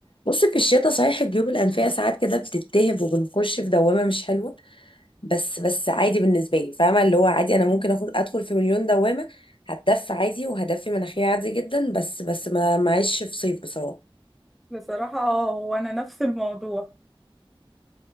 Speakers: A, on the left; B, in the centre.
A: بص في الشتاء صحيح الجيوب الانفية ساعات كده بتتهب وبنخش في دوامة مش حلوة بس بس عادي بالنسبة لي فاهمة اللي هو عادي انا ممكن اخد ادخل في مليون دوامة هتدفي عادي وهدفي مناخيري عادي جدا بس بس ما معيش في صيف بصراحة
B: بصراحه اه هو انا نفس الموضوع